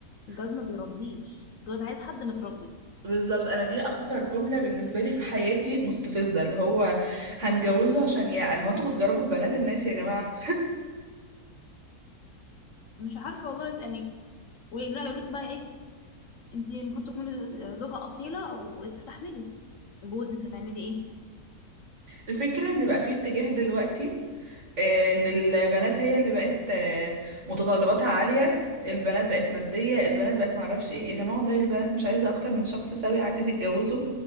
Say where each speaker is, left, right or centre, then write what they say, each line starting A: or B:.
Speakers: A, on the left (about 60°); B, on the right (about 50°).
A: الجواز
B: <laughs>
A: ما بيربيش الجواز عايز حد متربي
B: بالظبط انا دي اكتر جمله بالنسبه لي في حياتي مستفزه اللي هو هنجوزه عشان يعقل هو انتوا بتجربوا في بنات الناس يا جماعه
A: مش عارفه والله يعني ويرجع يقول لك بقى ايه انت المفروض تكوني زوجه اصيله وتستحملي جوزك هتعملي ايه
B: الفكره ان بقى في اتجاه دلوقتي آه، ان البنات هي اللي بقت آه، متطلباتها عالية البنات بقت مادية البنات بقت معرفش ايه يا جماعة والله البنات مش عايزة اكتر من شخص سوي عادي تتجوزه